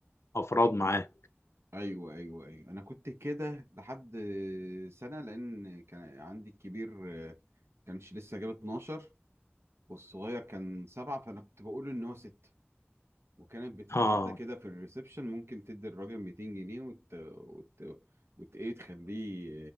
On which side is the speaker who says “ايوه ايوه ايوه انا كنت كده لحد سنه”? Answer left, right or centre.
Right